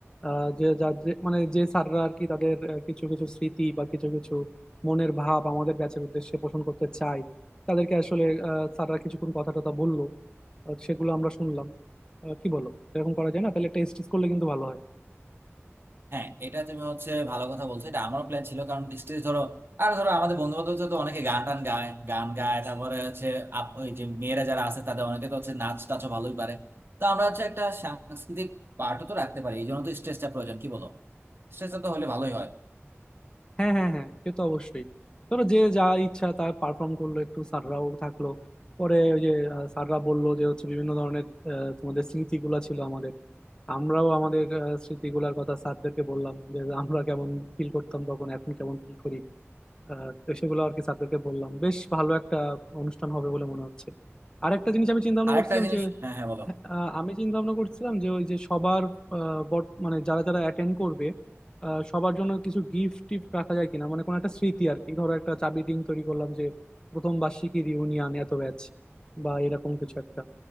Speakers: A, on the left (about 15°); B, on the right (about 50°).
A: আহ, যে যা যে- মানে যে স্যাররা আর কি তাদের আহ, কিছু কিছু স্মৃতি বা কিছু কিছু মনের ভাব আমাদের ব্যাচের উদ্দেশ্যে পোষণ করতে চায় তাদেরকে আসলে আহ, স্যাররা কিছুক্ষণ কথা টথা বললো আহ, সেগুলো আমরা শুনলাম আহ, কি বলো এরকম করা যায় না তাহলে টেস্ট করলে কিন্তু ভালো হয়
B: হ্যাঁ এটা তুমি হচ্ছে ভালো কথা বলছো এটা আমারও প্ল্যান ছিল কারণ স্টেজ ধরো আর ধরো আমাদের বন্ধু বান্ধব তো অনেকে গান টান গায় গান গায় তারপরে হচ্ছে আপ- ওই যে মেয়েরা যারা আছে তাদের অনেকে তো হচ্ছে নাচ টাচও ভালোই পারে তো আমরা হচ্ছে একটা সাংস্কৃতিক পার্টও তো রাখতে পারি এই জন্য তো স্টেজটা প্রয়োজন কি বলো স্টেজটা তো হলে ভালোই হয়
A: হ্যাঁ হ্যাঁ হ্যাঁ সে তো অবশ্যই ধরো যে যা ইচ্ছা তা পারফর্ম করলো একটু স্যাররাও থাকলো পরে ওই যে আহ, স্যাররা বললো যে হচ্ছে বিভিন্ন ধরনের আহ, তোমাদের স্মৃতিগুলা ছিল আমাদের আমরাও আমাদের আহ, স্মৃতিগুলার কথা স্যারদেরকে বললাম যে আমরা কেমন ফিল করতাম তখন এখন কেমন ফিল করি আহ, তো সেগুলো আর কি স্যারদেরকে বললাম বেশ ভালো একটা অনুষ্ঠান হবে বলে মনে হচ্ছে আরেকটা জিনিস আমি চিন্তা ভাবনা
B: আরেকটা
A: করছিলাম
B: জিনিস হ্যাঁ হ্যাঁ বলো
A: আহ, আমি চিন্তা ভাবনা করছিলাম যে ওই যে সবার আহ, বর- মানে যারা যারা অ্যাটেন্ড করবে আহ, সবার জন্য কিছু গিফট টিফট রাখা যায় কিনা মানে কোনো একটা স্মৃতি আর কি ধরো একটা চাবি রিং তৈরি করলাম যে প্রথম বার্ষিকী রিউনিয়ন এত ব্যাচ বা এরকম কিছু একটা